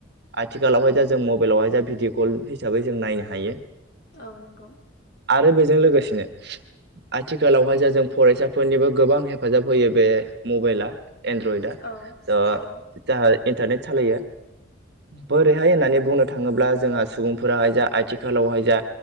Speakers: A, on the right; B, on the left.
A: आथिखालावहाय दा जों मबाइलावहाय जा भिडिअ कल हिसाबै जों नायनो हायो।
B: औ नोंगौ।
A: आरो बेजों लोगोसेनो आ थिखालावहाय जा जों फरायसाफोरनिबो गोबां हेफाजाब होयो बे मबाइला। एन्ड्रइडआ आ
B: औ औ
A: ज जाहा इन्टारनेट सालायो बोरैहाय होननानै बुंनो थाङोब्ला जोंहा सुबुंफोराहाय जा आथिखालावहाय जा